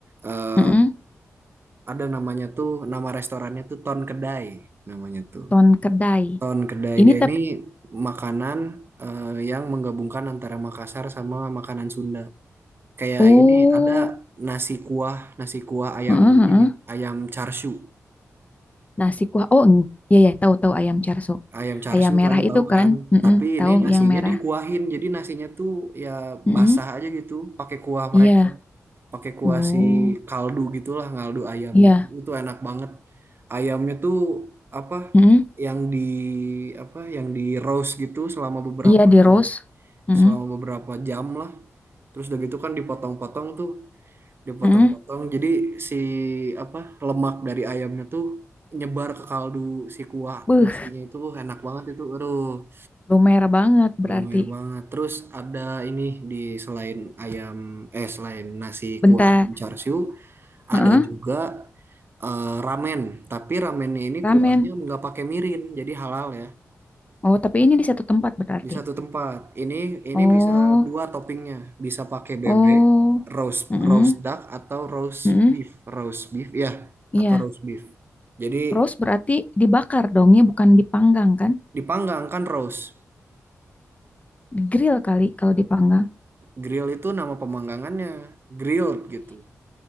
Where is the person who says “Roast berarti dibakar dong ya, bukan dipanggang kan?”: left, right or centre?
Left